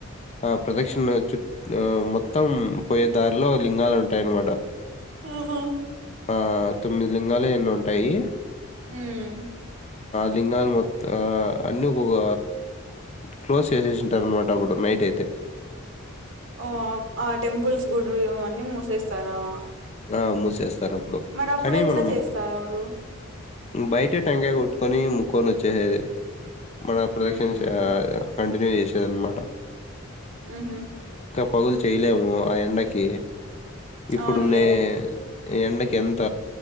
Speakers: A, on the left (about 30°); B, on the right (about 60°).
A: ఆ ప్రదక్షిణ చు ఆ మొత్తం పోయే దారిలో లింగాలు ఉంటాయన్నమాట
B: ఓహో
A: ఆ తొమ్మిది లింగాలు ఎన్న ఉంటాయి
B: హుమ్
A: లింగాల్ మొత్త ఆ అన్నీ ఒకొక క్లోజ్ చేసేసింటారు అనమాట అప్పుడు నైట్ అయితే
B: ఓ ఆ టెంపుల్స్ గుడులు అన్నీ మూసేస్తారా
A: ఆ మూసేస్తా ర్ అప్పుడు
B: మరి అప్పుడు
A: కానీ
B: ఎట్లా
A: మనం
B: చేస్తారు
A: బయట టంకాయ కొట్టుకొని కొని వచ్చేసేది మన ప్రదక్షిణ
B: ఉమ్
A: కంటిన్యూ చేసేది అనమాట
B: ఉహు
A: పగులు చేయలేము ఆ ఎండకి ఇప్పుడు
B: అవునులే
A: నే ఎండకి ఎంత